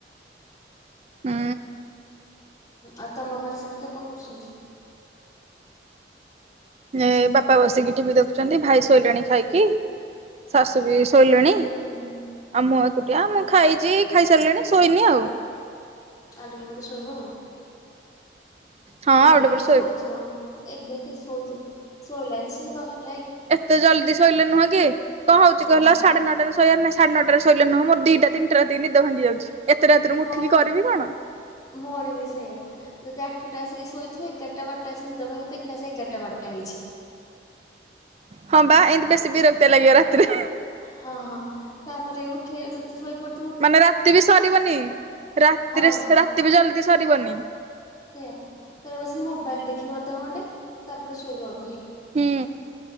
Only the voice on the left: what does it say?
ଆଉ ତମ ଘରେ ସମସ୍ତେ କଣ କରୁଛନ୍ତି?
ହୁଁ।
ଆଉ ଟିକେ ପରେ ଶୋଇବ ଆଉ।
ଏବେ
କିଏ
ଶୋଉଛି ମ ଏବେ କିଏ ଶୋଉଛି ଶୋଇଲା ଏ ସେ ଦଶ
ହଁ
ମୋର
ମୋର ବି ସେଆ। ଯଦି ଆଠଟା ଆସିକି ଶୋଇଥିବି ଏଗାରଟା ବାରଟା ଆସିକି ନିଦ ଭାଙ୍ଗି ଦେଖିଲା ସେ ଏଗାରଟା ବାରଟା ହେଇଛି।
ହଁ ହଁ ତାପରେ ଉଠିବେ ଯଦି ଶୋଇପ
ହଁ।
ସେଇଆ ତା ପରେ ବସିକି ମୋବାଇଲ ଦେଖିବି ଅଧ ଘଣ୍ଟେ ତାପରେ ଶୋଇବି ଆଉଥରେ।